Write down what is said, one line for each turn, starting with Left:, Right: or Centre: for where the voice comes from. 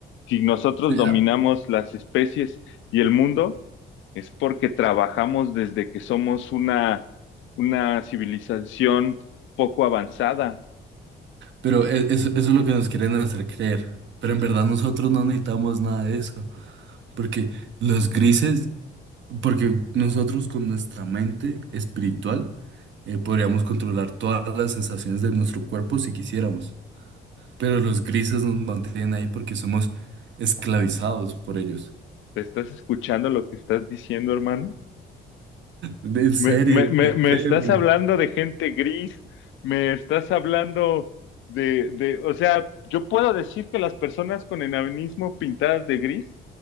Left: Si nosotros
Right: Sí,
Left: dominamos
Right: ah,
Left: las especies y el mundo, es porque trabajamos desde que somos una, una civilización poco avanzada.
Right: Pero e- eso, eso es lo que nos quieren hacer creer. Pero en verdad nosotros no necesitamos nada de eso. Porque los grises, porque nosotros con nuestra mente espiritual eh, podríamos controlar todas las sensaciones de nuestro cuerpo si quisiéramos. Pero los grises nos mantienen ahí porque somos esclavizados por ellos.
Left: ¿Te estás escuchando lo que estás diciendo, hermano?
Right: En serio,
Left: Me, me, me, me
Right: créeme,
Left: estás hablando de gente gris, me estás hablando de, de, o sea, yo puedo decir que las personas con enanismo pintadas de gris